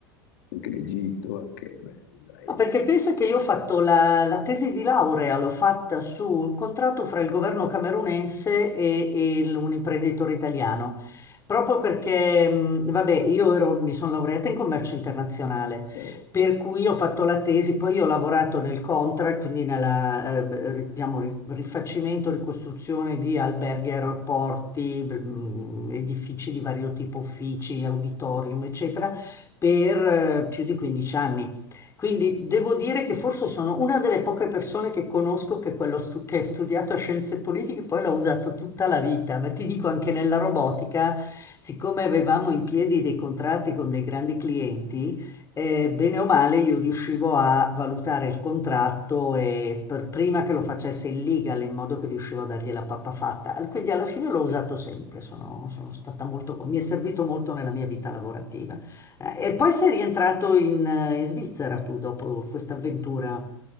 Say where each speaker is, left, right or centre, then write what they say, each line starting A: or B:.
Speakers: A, on the left; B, on the left.
A: anche l'Egitto, anche vabbè, Israele.
B: No, perché
A: chiaramente.
B: pensa che io ho fatto la, la tesi di laurea, l'ho fatta su un contratto fra il governo camerunense e, e il- un imprenditore italiano, proprio perché, mh, vabbè, io ero- mi sono laureata in commercio internazionale,
A: Cioè,
B: per cui ho fatto la tesi, poi io ho lavorato nel contract, quindi nella, eh, beh, ri- diciamo, ri- rifacimento, ricostruzione di alberghi, aeroporti, mh, edifici di vario tipo, uffici, auditorium, eccetera, per eh, più di 15 anni. Quindi devo dire che forse sono una delle poche persone che conosco che, quello stu- che ha studiato scienze politiche poi l'ha usato tutta la vita, ma ti dico anche nella robotica, siccome avevamo in piedi dei contratti con dei grandi clienti, eh, bene o male io riuscivo a valutare il contratto e per- prima che lo facesse il legal in modo che riuscivo a dargli la pappa fatta. Al- Quindi alla fine l'ho usato sempre, sono, sono stata molto, con- mi è servito molto nella mia vita lavorativa. Eh, E poi sei rientrato in, eh, in Svizzera tu dopo questa avventura